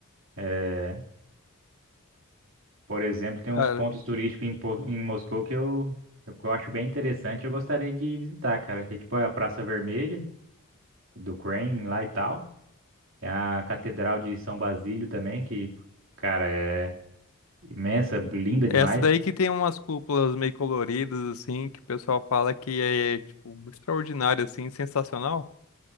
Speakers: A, on the right; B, on the left.
A: É, por exemplo, tem uns
B: Cara,
A: pontos turísticos em, Po- em Moscou que eu, eu, que eu acho bem interessante. Eu gostaria de visitar, cara. Que é tipo a Praça Vermelha do Kremlin lá e tal. Tem a Catedral de São Basílio também, que, cara, é imensa, linda
B: é
A: demais.
B: essa daí que tem umas cúpulas meio coloridas, assim, que o pessoal fala que é, tipo, extraordinária, assim, sensacional.